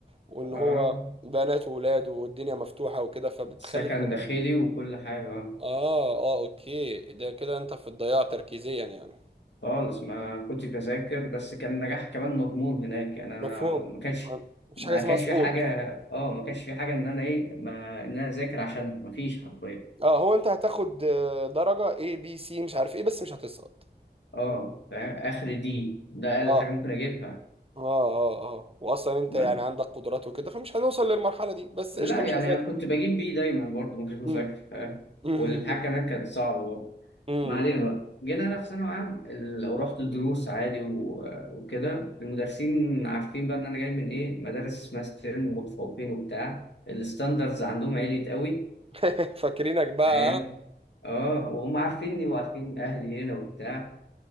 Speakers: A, on the right (about 35°); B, on the left (about 80°).
A: وإن
B: اه
A: هو بنات وولاد والدنيا مفتوحة وكده فبتخلي
B: سكن داخلي وكل حاجة اه
A: آه آه أوكي ده كده أنت في الضياع تركيزيا يعني
B: خالص ما كنتش بذاكر بس كان النجاح كمان مضمون هناك يعني انا
A: مفهوم
B: ما كانش
A: ما- مفيش
B: ما
A: حاجة اسمها
B: كانش
A: سقوط
B: في حاجه اه ما كانش في حاجه ان انا ايه ما ان انا اذاكر عشان ما فيش حرفيا
A: اه هو أنت هتاخد آه، درجة A B C مش عارف إيه بس مش هتسقط
B: اه فاهم؟ اخر دي ده
A: اه
B: اقل حاجه ممكن اجيبها
A: اه اه اه واصلا انت
B: بس
A: يعني عندك قدرات وكده فمش هنوصل للمرحله دي بس
B: لا
A: قشطه
B: يعني
A: مش هذاكر
B: كنت بجيب بي دايما برضه من غير مذاكره
A: أمم.
B: فاهم
A: أمم.
B: والامتحان كمان كانت صعبه برضه
A: أمم.
B: ما علينا بقى جينا انا في ثانوي عام ال- ورحت الدروس عادي و- وكده المدرسين عارفين بقى ان انا جاي من ايه مدارس اسمها ستيم ومتفوقين وبتاع الستاندرز عندهم عالية قوي
A: <laughs> فاكرينك بقى
B: فاهم اه وهم عارفيني وعارفين اهلي هنا وبتاع